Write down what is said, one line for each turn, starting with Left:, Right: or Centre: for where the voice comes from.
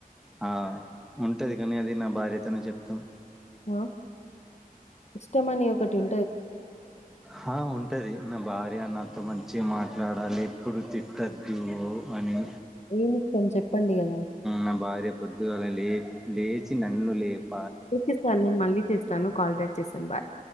Centre: ఆ ఉంటది కానీ అది నా భార్యతోనే చెప్తాం
Left: ఆ ఇష్టమని ఒకటి ఉ
Centre: హా ఉంటది నా బా ఫ్రీగా నాతో మంచిగా మాట్లాడాలి ఎప్పుడు తిట్టద్దు అని
Left: ఏమిష్టం చెప్పండి గదా?
Centre: నా భార్య పొద్దుగాలలి లేచి నన్ను లేపు
Left: ఇప్పిస్తాన్లే మళ్లీ చేస్తాను కాల్ బ్యాక్ చేస్తాను బాయ్